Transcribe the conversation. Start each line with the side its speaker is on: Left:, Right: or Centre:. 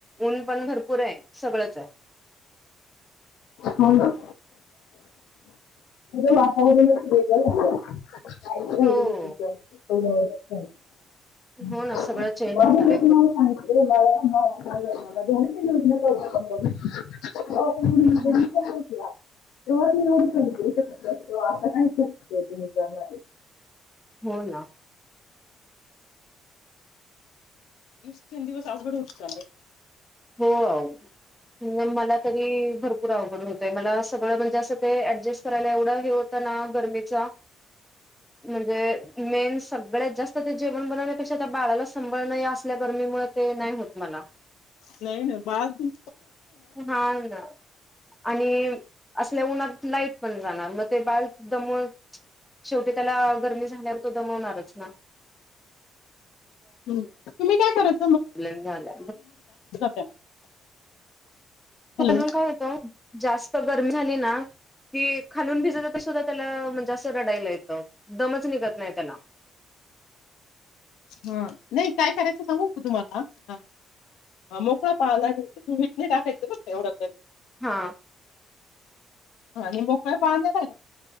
Centre: ऊन पण भरपूर आहे. सगळंच ए
Left: हो ना वातावरण <unintelligible>
Centre: आहे हो
Left: वेगळं झालंय.
Centre: हो ना सगळं
Left: <unintelligible>
Centre: चेंज झालंय
Left: <unintelligible> <unintelligible> <unintelligible>
Centre: पूर्ण
Left: <unintelligible> <unintelligible> तो आताच नाय शक्य तुम्ही करणारये
Centre: हो ना
Left: दिवसेंदवस अवघड होत चायलय
Centre: हो आओ मला तरी भरपूर अवघड होतय मला सगळं म्हणजे असं ते ऍडजस्ट करायला एवढं हे होतं ना गरमीचा म्हणजे मेन्स सगळ्यात जास्त ते जेवण बनवण्यापेक्षा त्या बाळाला सांभाळण या असल्या गरमी ते नाही होत मला
Left: नाय नाय बाज दु
Centre: हा ना आणि असल्या उन्हात लाईट पण जाणार मग ते बाळ दमून शेवटी त्याला गरमी झाल्यावर तो दमवणारच ना
Left: हम तुम्ही काय कराच
Centre: प्लेन झाला
Left: त्याला
Centre: वरून
Left: हॅलो
Centre: काय होत जास्त गरम झाली ना कि खालून भिजत सुद्धा त्याला म्हणजे असं रडायला येतं दमच निघत नाही त्याला
Left: हा नाही काय करायचं सांगू का तुम्हाला हा हा म ह पाळणा नाही मीठ नाही टाकायंच बर का एवढं
Centre: हा
Left: ह आणि मोकळ पाळन्याला आहे ना